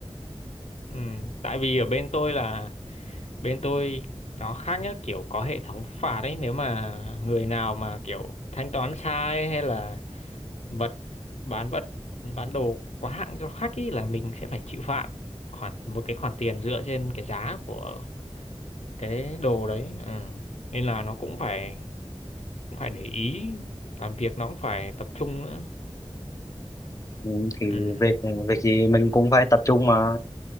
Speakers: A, on the left (about 75°); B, on the left (about 30°).
A: Ừ, tại vì ở bên tôi là bên tôi nó khác nhất kiểu có hệ thống phạt ấy nếu mà người nào mà kiểu thanh toán sai hay là vật bán vật bán đồ quá hạng cho khách ý là mình sẽ phải chịu phạt khoản một cái khoản tiền dựa trên cái giá của cái đồ đấy ừ. nên là nó cũng phải cũng phải để ý làm việc nó cũng phải tập trung nữa
B: Ừ, thì
A: ừ.
B: việc việc gì mình cũng phải tập trung mà